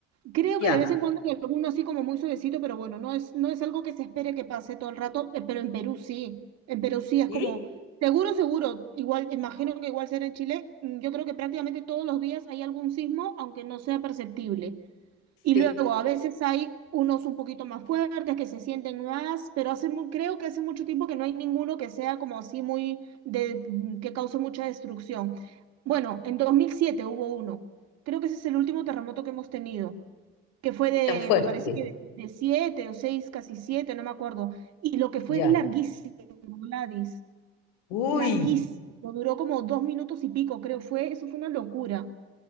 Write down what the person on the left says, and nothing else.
Ya.
sí
Sí,
y tan fuerte.
Ya.
Uy,